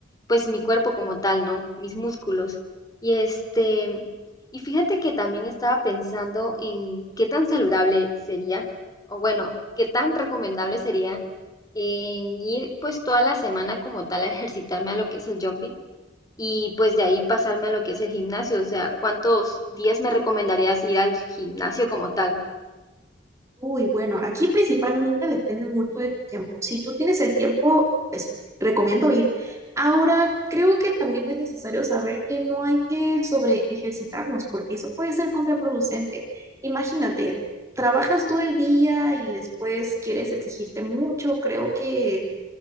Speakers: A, on the left; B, on the right.
A: pues, mi cuerpo como tal, ¿no? Mis músculos. Y este, y fíjate que también estaba pensando en qué tan saludable sería, o bueno, qué tan recomendable sería en ir pues toda la semana como tal a ejercitarme a lo que es el jumping y pues de ahí pasarme a lo que es el gimnasio. O sea, ¿cuántos días me recomendarías ir al gimnasio como tal?
B: Uy, bueno, aquí principalmente depende mucho de tu tiempo. Si tú tienes el tiempo, pues recomiendo ir. Ahora, creo que también es necesario saber que no hay que sobre ejercitarnos porque eso puede ser contraproducente. Imagínate, trabajas todo el día y después quieres exigirte mucho. Creo que